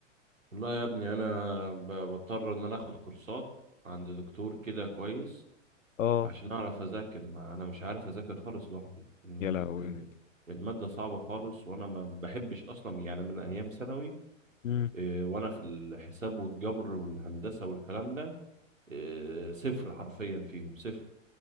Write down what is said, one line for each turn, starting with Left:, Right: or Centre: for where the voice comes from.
Right: والله يا ابني انا ب- بضطر ان انا اخد كورسات عند دكتور كده كويس
Left: اه
Right: عشان اعرف اذاكر ما انا مش عارف اذاكر خالص لوحدي الم-
Left: يا لهوي
Right: ال- ال- المادة صعبة خالص وانا ما بحبش اصلا يعني من ايام ثانوي
Left: مم.
Right: إيه، وانا في الحساب والجبر والهندسة والكلام ده إيه، صفر حرفيا فيهم صفر